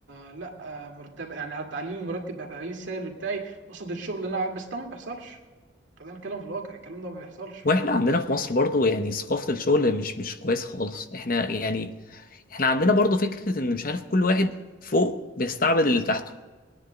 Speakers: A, on the right (about 75°); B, on the left (about 45°).
A: آه، لا آه، مرتب يعني هتعلي لي المرتب هتعلي لي السالري بتاعي قصاد الشغل اللي انا بس ده ما بيحصلش خلينا نتكلم في الواقع الكلام ده ما بيحصلش
B: واحنا عندنا في مصر برضه يعني ثقافه الشغل مش مش كويسه خالص احنا يعني احنا عندنا برضه فكره ان مش عارف كل واحد فوق بيستعبد اللي تحته